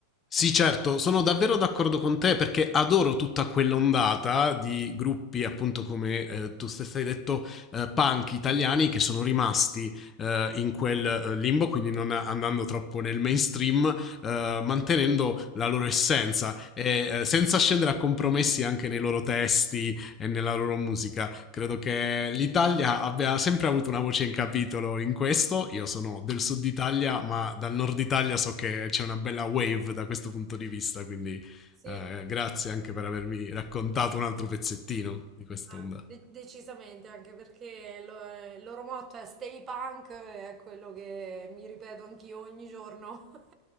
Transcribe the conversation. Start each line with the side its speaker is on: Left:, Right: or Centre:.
Left: Sì, certo, sono davvero d'accordo con te perché adoro tutta quell'ondata di gruppi, appunto come eh, tu stessa hai detto, eh, punk italiani che sono rimasti eh, in quel eh, limbo, quindi non andando troppo nel mainstream, eh, mantenendo la loro essenza e eh, senza scendere a compromessi anche nei loro testi e nella loro musica. Credo che l'Italia abbia sempre avuto una voce in capitolo in questo. Io sono del sud Italia, ma dal nord Italia so che c'è una bella wave da questo punto di vista, quindi
Right: Sì,
Left: eh, grazie anche per avermi raccontato un altro pezzettino di quest'onda.
Right: Ah, de- decisamente, anche perché lo- il loro motto è Stay Punk, è quello che mi ripeto anch'io ogni giorno, <laughs>